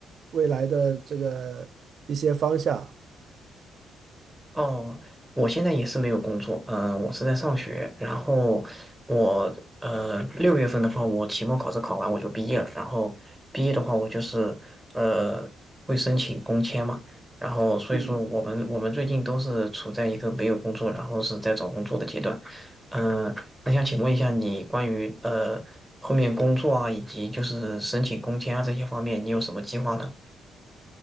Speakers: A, on the right; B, in the centre.
A: 未来的这个一些方向。
B: 哦，我现在也是没有工作，嗯、我是在上学，然后我呃六月份的话，我期末考试考完我就毕业了，然后毕业的话，我就是呃会申请工签嘛，然后所以说我们我们最近都是处在一个没有工作，
A: 嗯。
B: 然后是在找工作的阶段，嗯、那想请问一下你关于呃后面工作啊，以及就是申请工签啊这些方面，你有什么计划呢？